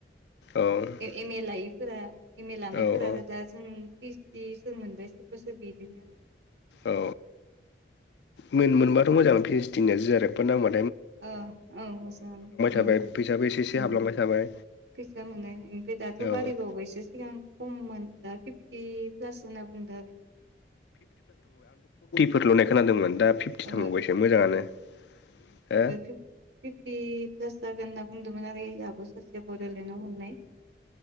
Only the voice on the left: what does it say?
औ
औ
औ मोन मोनबाथ' मोजां पि ओस डि निया जि आर एफबो नांबा
थाबाय फैसाबो एसे एसे
हाबलांबाय थाबाय
औ
औ
फोर लुनाय खोनादोंमोन दा फिफ्टि
थांबावबायसो मोजाङानो हो अ